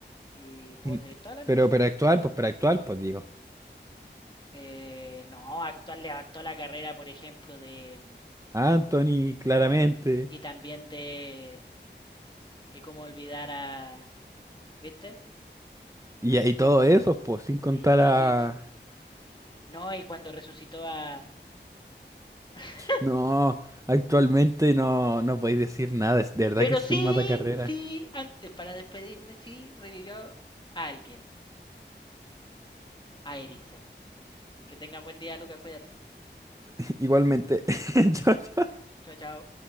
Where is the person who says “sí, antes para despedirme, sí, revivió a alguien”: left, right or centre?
Left